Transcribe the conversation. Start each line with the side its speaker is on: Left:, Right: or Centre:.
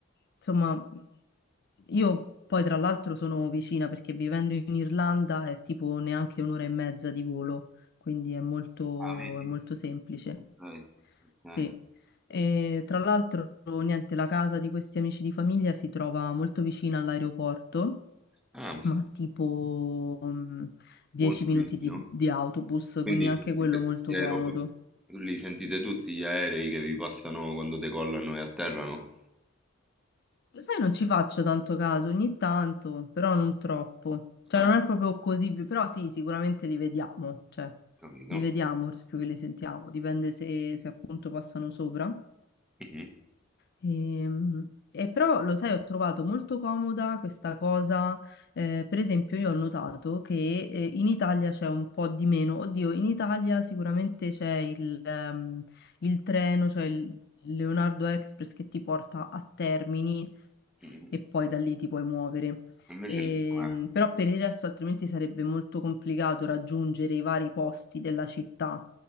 Left: insomma, io poi tra l'altro sono vicina perché vivendo in Irlanda è tipo neanche un'ora e mezza di volo, quindi è molto,
Centre: Ah, vedi?
Left: è molto semplice.
Centre: Ok,
Left: Sì.
Centre: ok.
Left: E tra l'altro, niente, la casa di questi amici di famiglia si trova molto vicina all'aeroporto,
Centre: Ah,
Left: ma tipo mm, 10
Centre: molto
Left: minuti
Centre: vicino.
Left: di, di autobus,
Centre: Quindi
Left: quindi anche
Centre: sentite
Left: quello
Centre: tutti
Left: molto
Centre: gli aerop-
Left: comodo.
Centre: Lì sentite tutti gli aerei che vi passano quando decollano e atterrano?
Left: Lo sai, non ci faccio tanto caso, ogni tanto, però non troppo. Cioè,
Centre: Ah,
Left: non è proprio così, vi- però sì, sicuramente li vediamo, cioè,
Centre: capito.
Left: li vediamo forse più che li sentiamo, dipende se, se appunto passano sopra.
Centre: Mhm,
Left: Ehm, E, però, lo sai, ho trovato molto comoda questa cosa, eh, per esempio io ho notato che eh, in Italia c'è un po' di meno, oddio, in Italia sicuramente c'è il, ehm, il treno, cioè il Leonardo Express che ti porta a Termini
Centre: mhm.
Left: e poi da lì ti puoi muovere.
Centre: Invece
Left: Ehm,
Centre: lì com'è?
Left: però per il resto altrimenti sarebbe molto complicato raggiungere i vari posti della città.